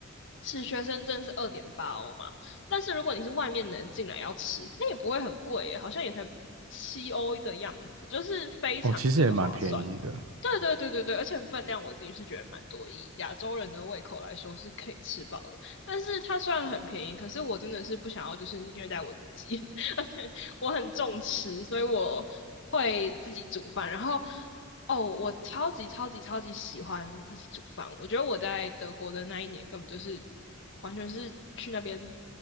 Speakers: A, on the left; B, on the right.
A: 吃学生证是二点八欧嘛，但是如果你是外面的人进来要吃，它也不会很贵耶好像也才七欧的样子，就是非常的划算。
B: 哦，其实也蛮便宜的
A: 对对对对对，而且分量我自己是觉得蛮多，以亚洲人的胃口来说是可以吃饱的。但是它虽然很便宜，可是我真的是不想要就是虐待我自己。<laughs> 我很重吃，所以我会自己煮饭。然后，哦，我超级超级超级喜欢自己煮饭。我觉得我在德国的那一年根本就是完全是去那边